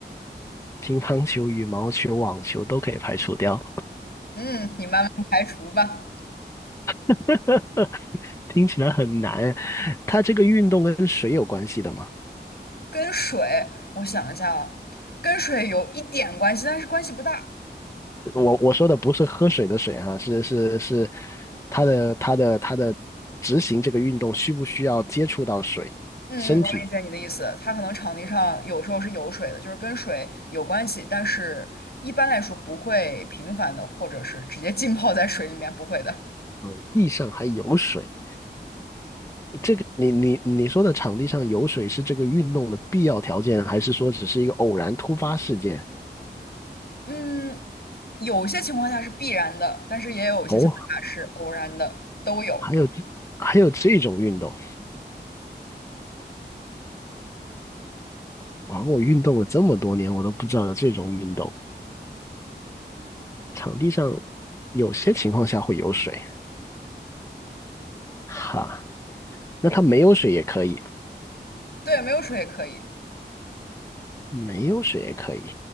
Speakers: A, on the left; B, on the left.
A: 乒乓球、羽毛球、网球都可以排除掉。
B: 嗯，你慢慢排除吧。
A: <laughs> 听起来很难。它这个运动跟水有关系的吗？
B: 跟水，我想一下啊，跟水有一点关系，但是关系不大。
A: 我我说的不是喝水的水哈，是是是，它的它的它的执行这个运动需不需要接触到水？
B: 嗯嗯，
A: 身体，
B: 我理解你的意思，它可能场地上有时候是有水的，就是跟水有关系，但是一般来说不会频繁的，或者是直接浸泡在水里面，不会的。
A: 嗯，地上还有水，这个你你你说的场地上有水是这个运动的必要条件，还是说只是一个偶然突发事件？
B: 嗯，有些情况下是必然的，但是也有一些情况下是偶然的，
A: 哦，
B: 都有。
A: 还有这还有这种运动啊！我运动了这么多年，我都不知道有这种运动。场地上有些情况下会有水，哈，那它没有水也可以，
B: 对，没有水也可以。
A: 没有水也可以。